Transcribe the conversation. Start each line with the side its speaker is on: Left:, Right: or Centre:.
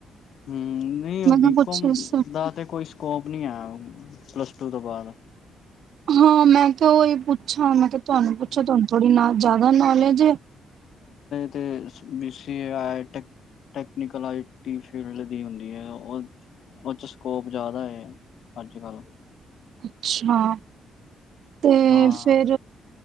Left: ਹਮ ਨਹੀਂ
Right: ਮੈਂ ਕਿਹਾ
Left: ਬੀਕੋਮ
Right: ਕੁਛ ਇਸ
Left: ਦਾ ਤੇ ਕੋਈ ਸਕੋਪ ਨੀ ਹੈ ਪਲੱਸ ਟੂ ਤੋਂ ਬਾਅਦ
Right: ਹਾਂ ਮੈਂ ਕਿਹਾ ਉਹੀ ਪੁੱਛਾਂ ਮੈਂ ਕਿਹਾ ਤੁਹਾਨੂੰ
Left: ਹਮ
Right: ਪੁੱਛੋ ਤੁਹਾਨੂੰ ਥੋੜ੍ਹੀ ਨਾ ਜ਼ਿਆਦਾ ਨੌਲੇਜ ਹੈ
Left: ਅਤੇ B C A I ਟਕ technical IT field ਦੀ ਹੁੰਦੀ ਹੈ ਉਹ ਉਹ 'ਚ ਸਕੋਪ ਜ਼ਿਆਦਾ ਅੱਜ ਕੱਲ੍ਹ <inaudible>
Right: ਅੱਛਾ ਤੇ
Left: ਹਾਂ
Right: ਫੇਿਰ